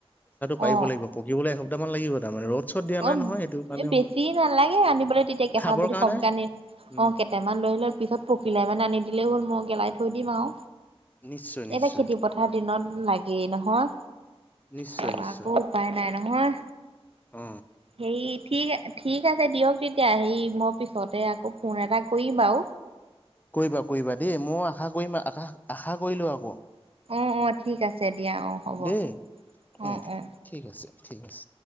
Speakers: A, on the left (about 15°); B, on the right (about 65°).
A: পাৰিব
B: অ
A: লাগিব পকিবলে হ'ব টা মান লাগিব তাৰ মানে ৰ'দ চ'দ দিয়া
B: অ
A: নাই নহয় সেইটো কাৰণে
B: এ বেছি
A: হয়।
B: নালাগে আনিবলৈ তেতিয়া কেঁচা
A: খাবৰ
B: যদি
A: কাৰণে
B: কমকে আনি
A: উম
B: অ কেইটামান লৈ আহিলে হল পিছত পকিলেই মানে আনি দিলেই হ'ল মই গেলাই থৈ দিম আও
A: নিশ্চয় নিশ্চয়
B: এতিয়া খেতি পথাৰ দিনত লাগেই নহয়
A: নিশ্চয়
B: তাপা
A: নিশ্চয়
B: আকৌ উপায় নাই নহয়
A: অ
B: হেই ঠিক ঠিক আছে দিয়ক তেতিয়া হেই মই পিছতে আকৌ ফোন এটা কৰিম বাৰু
A: কৰিবা কৰিবা দেই মই আশা কৰিম আশা আশা কৰিলোঁ আকৌ
B: অ অ ঠিক আছে দিয়া অ হ'ব
A: দেই উম
B: অ অ
A: ঠিক আছে ঠিক আছে